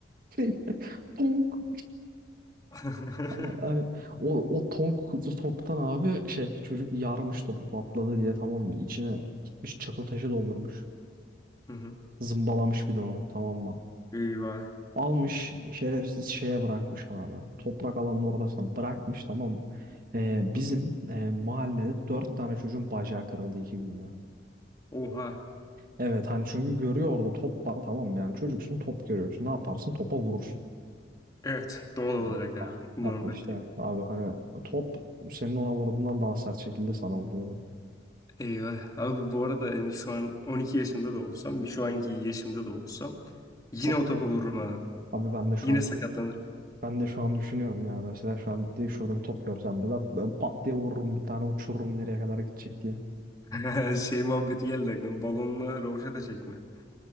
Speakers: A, on the right (about 50°); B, on the left (about 20°).
A: <laughs> Tonk.
B: <laughs>
A: Abi, Hani o, o tonk toptan abi şey çocuk yarmış topu patladı diye tamam mı? İçine gitmiş çakıl taşı doldurmuş.
B: Hı hı.
A: Zımbalamış bir de onu tamam mı?
B: Eyvah.
A: Almış şerefsiz şeye bırakmış abi. Toprak alanın ortasına bırakmış tamam. mı? Ee, bizim
B: Hı hı.
A: e, mahallede dört tane çocuğun bacağı kırıldı iki günde.
B: Oha.
A: Evet hani çünkü görüyor orada top var tamam mı yani çocuksun top görüyorsun ne yaparsın topa vurursun.
B: Evet doğal
A: Abi,
B: olarak
A: Ha,
B: abi. Normal
A: ha işte
B: tepki.
A: abi hani top senin ona vurduğundan daha sert şekilde sana vuruyordu.
B: Eyvah. Abi bu arada yani şu an 12 yaşında da olsam, şu anki yaşımda da olsam yine
A: Top
B: o topa
A: gör-
B: vururum abi.
A: Abi ben de şu
B: Yine
A: anki
B: sakatlanırım.
A: ben de şu an düşünüyorum ya mesela şu an de- şurada bir top görsem de ben ben pat diye vururum bir tane uçururum nereye kadar gidecek diye.
B: <laughs> Şey muhabbeti geldi aklıma. Balonla rovaşata çekme.